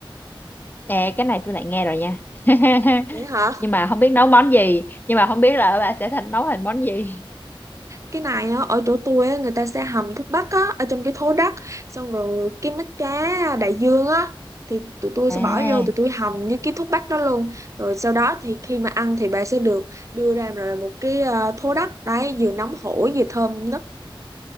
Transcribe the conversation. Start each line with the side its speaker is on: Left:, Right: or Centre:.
Left: Ê cái này tôi lại nghe rồi nha. <laughs>
Right: vậy hả
Left: Nhưng mà không biết nấu món gì, nhưng mà không biết là bà sẽ thành nấu thành món gì.
Right: cái này á, ở chỗ tôi á, người ta sẽ hầm thuốc bắc á, ở trong cái thố đất xong rồi cái mắt cá đại dương á thì tụi tôi
Left: À,
Right: sẽ bỏ vô tụi tôi hầm với cái thuốc bắc đó luôn rồi sau đó thì khi mà ăn thì bà sẽ được đưa ra rồi một cái ờ, thố đất đấy vừa nóng hổi vừa thơm nức